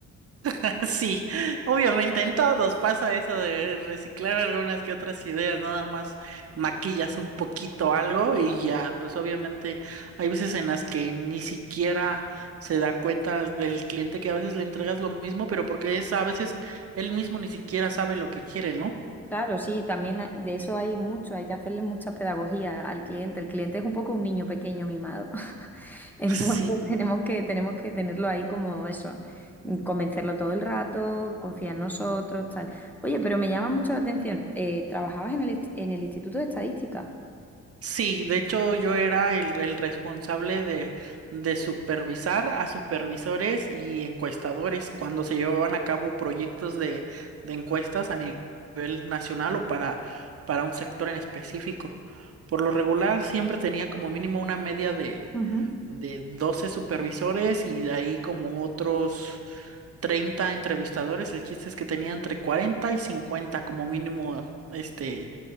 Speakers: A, on the right; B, in the centre.
A: <laughs> Sí, obviamente en todos pasa eso de reciclar algunas que otras ideas, nada más maquillas un poquito algo y ya, pues obviamente hay veces en las que ni siquiera se da cuenta el cliente que a veces le entregas lo mismo, pero porque es a veces él mismo ni siquiera sabe lo que quiere, ¿no?
B: Claro, sí, también ha- de eso hay mucho, hay que hacerle mucha pedagogía al cliente. El cliente es un poco un niño pequeño mimado. <laughs> Entonces
A: <laughs> Sí.
B: tenemos que, tenemos que tenerlo ahí como eso, mm, convencerlo todo el rato, confía en nosotros, tal. Oye, pero me llama mucho la atención, eh, trabajabas en el, est- en el Instituto de Estadística.
A: Sí, de hecho yo era el, el responsable de, de supervisar a supervisores y encuestadores cuando se llevaban a cabo proyectos de, de encuestas a ni- nivel nacional o para, para un sector en específico. Por lo regular siempre tenía como mínimo una media de,
B: Ujú,
A: de 12 supervisores y de ahí como otros 30 entrevistadores. El chiste es que tenía entre 40 y 50 como mínimo este